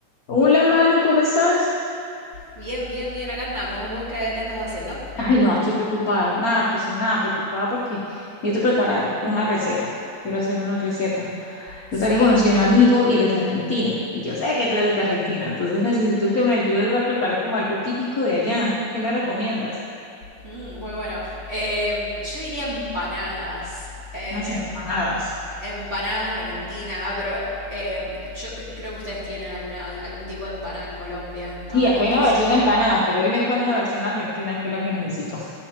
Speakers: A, on the left; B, on the right.
A: Hola, Manu, ¿cómo estás?
B: Bien, bien, bien, acá andamos. ¿Vos qué, qué andas haciendo?
A: Ay, no, aquí preocupada. Nada, pues nada, preocupada porque necesito preparar una receta. Quiero hacer una receta.
B: Sí.
A: Resulta que conocí a un amigo y él es de Argentina. Y yo sé que tú eres de Argentina. Entonces necesito que me ayudes a preparar como algo típico de allá. ¿Qué me recomiendas?
B: Mm, muy bueno. Eh, yo diría empanadas. Eh,
A: Unas empanadas.
B: empanadas argentinas, ah, pero eh, yo c- creo que ustedes tienen alguna, algún tipo de empanada en Colombia, no,
A: Sí, acá
B: no estoy
A: hay una
B: seguro.
A: versión de empanadas, pero dime cuál es la versión argentina que es la que necesito.